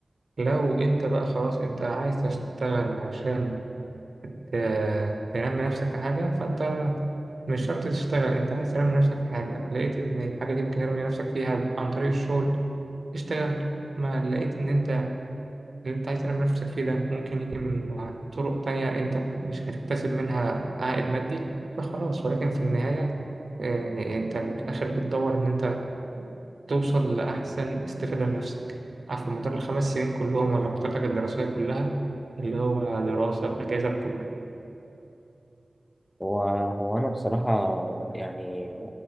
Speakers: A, on the right; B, on the left.
A: لو أنت بقى خلاص أنت عايز تشتغل عشان ت- تنمي نفسك في حاجة فأنت مش شرط تشتغل أنت عايز تنمي نفسك في حاجة لقيت إن الحاجة دي ممكن تنمي نفسك فيها عن طريق الشغل اشتغل ما لقيت إن أنت اللي أنت عايز تنمي نفسك فيه ده ممكن يجي من طرق تانية أنت مش هتكتسب منها عائد مادي فخلاص ولكن في النهاية آه، يعني أنت في الآخر بتدور إن أنت توصل لأحسن استفادة لنفسك عارف مدار الخمس سنين كلهم ولا بطاقتك الدراسية كلها اللي هو دراسة بأجازة
B: هو هو أنا بصراحة يعني